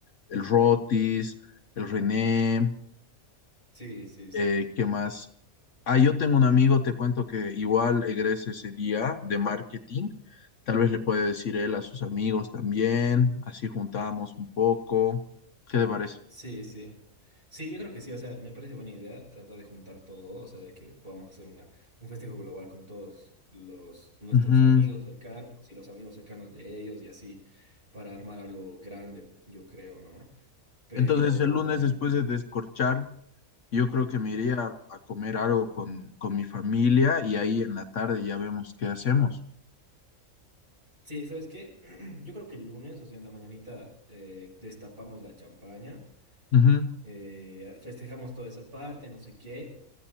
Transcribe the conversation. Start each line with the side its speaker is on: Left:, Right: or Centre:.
Left: el Rotis, el René,
Right: Sí, sí, sí.
Left: eh, ¿qué más? Ah, yo tengo un amigo, te cuento que igual egresa ese día de marketing. Tal vez le puede decir él a sus amigos también, así juntamos un poco. ¿Qué te parece?
Right: Sí, sí. Sí, yo creo que sí, o sea, me parece buena idea tratar de juntar todo, o sea, de que podamos hacer una, un festejo global con todos los, nuestros
Left: Ujú.
Right: amigos cercanos y los amigos cercanos de ellos y así, para armar algo grande, yo creo, ¿no? Pero,
Left: Entonces,
Right: ujú.
Left: el lunes después de descorchar Yo creo que me iría a a comer algo con, con mi familia y ahí en la tarde ya vemos qué hacemos.
Right: Sí, ¿sabes qué? <clears throat> Yo creo que el lunes, o sea, en la mañanita, eh, destapamos la champaña,
Left: Ujú.
Right: eh, festejamos toda esa parte, no sé qué.